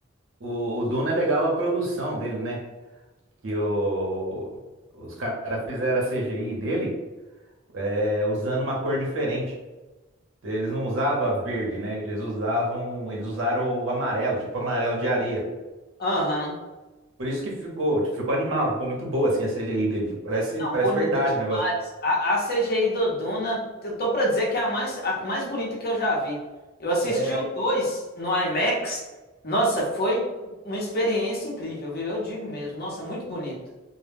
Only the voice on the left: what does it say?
Aham.
Não,
bonita
demais.
A, a CGI do Duna, eu tô pra dizer que é a mais, a mais bonita que eu já vi. Eu assisti
o 2 no IMAX. Nossa, foi uma experiência incrível, viu? Eu digo mesmo. Nossa, muito bonito.